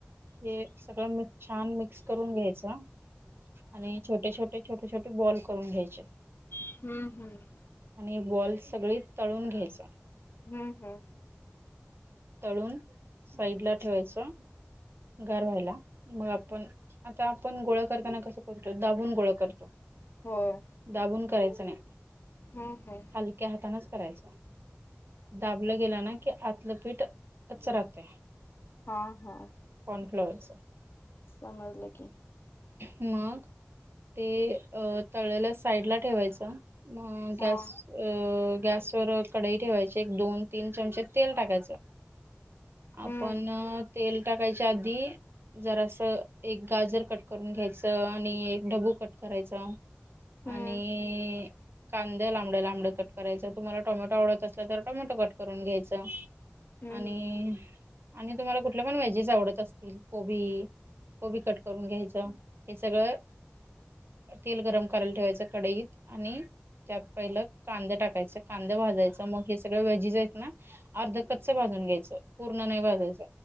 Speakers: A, on the right; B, on the left.
A: हे सगळं मिक्स छान मिक्स करून घ्यायचा. आणि छोटे छोटे छोटे छोटे बॉल करून घ्यायचे.
B: हम्म हम्म
A: आणि बॉल सगळी तळून घ्यायचा.
B: हम्म हम्म
A: तळून साईड ला ठेवायचं गार व्हायला. मग आपण आता आपण गोळा करताना कसं करतो दाबून गोळ करतो.
B: होय.
A: दाबून करायचं नाही.
B: हम हम
A: हलक्या हातानच करायच दाबलं गेला ना की आतलं पीठ कच्च राहतंय.
B: हा हा
A: कॉर्नफ्लॉअर्सच
B: समजलं की,
A: मग ते अ तळलेल साईड ला ठेवायचं. म
B: हा
A: गॅस अ गॅसवर कढई ठेवायची एक दोन तीन चमचे तेल टाकायचं. आपण
B: हम्म
A: तेल टाकायच्या आधी जरा अस एक गाजर कट करून घ्यायचं आणि एक डबू कट करायचा.
B: हम्म
A: आणि कांद लांबड लांबड कट करायच तुम्हाला टॉमॅटो आवडत असल तर टोमॅटो कट करून घ्यायचं.
B: हम्म
A: आणि
B: हम्म
A: आणि तुम्हाला कुठल्या पण व्हेजेस आवडत असतील कोबी कोबी कट करून घ्यायचं हे सगळं तेल गरम करायला ठेवायचं कडईत आणि त्यात पहिलं कांदे टाकायचं कांदे भाजायचं मग हे सगळं वेजेज आहेत ना अर्ध क भाजून घ्यायचं पूर्ण नाही भाजायच.